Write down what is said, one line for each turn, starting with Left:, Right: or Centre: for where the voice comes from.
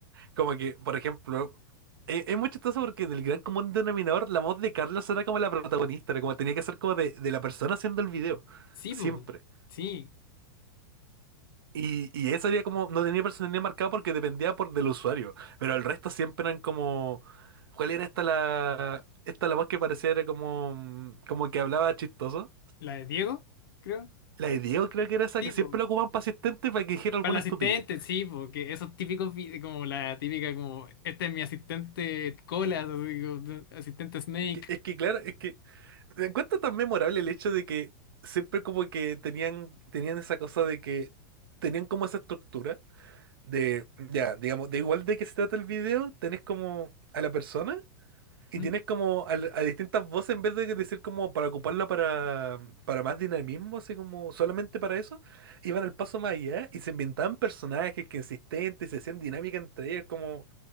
Right: Como que, por ejemplo, eh, es muy chistoso porque en el gran común denominador la voz de Carlos era como la protagonista, era como tenía que ser como de, de la persona haciendo el video.
Left: Sí,
Right: Siempre.
Left: po, sí.
Right: Y, y eso era como, no tenía personalidad marcada porque dependía por del usuario. Pero el resto siempre eran como. ¿Cuál era esta la. Esta la voz que parecía era como. mm, como que hablaba chistoso?
Left: La de Diego, creo.
Right: La de Diego creo que era esa
Left: Sí,
Right: que siempre
Left: po.
Right: lo ocupaban para asistente para que dijera alguna
Left: Para el asistente,
Right: estupidez.
Left: sí, porque esos típicos, vi- como la típica, como, este es mi asistente colas, así como, asistente Snake.
Right: Que- Es que claro, es que me encuentro tan memorable el hecho de que siempre como que tenían, tenían esa cosa de que tenían como esa estructura de, ya, digamos, de igual de que se trata el video, tenés como a la persona y
Left: Mm,
Right: tienes como al- a, distintas voces en vez de decir como para ocuparla para, para más dinamismo, así como solamente para eso, iban al paso más allá y se inventaban personajes que existentes y se hacían dinámica entre ellos, como